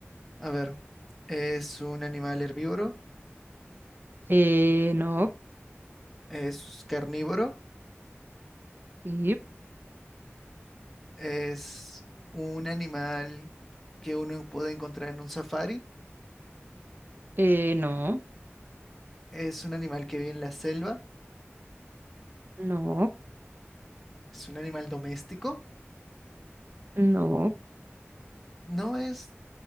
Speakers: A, in the centre; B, on the right (about 50°).
A: A ver, es un animal herbívoro,
B: Eh, no.
A: es carnívoro,
B: sí,
A: es un animal que uno puede encontrar en un safari,
B: Eh, no.
A: es un animal que vive en la selva,
B: No.
A: es un animal doméstico.
B: No.
A: No es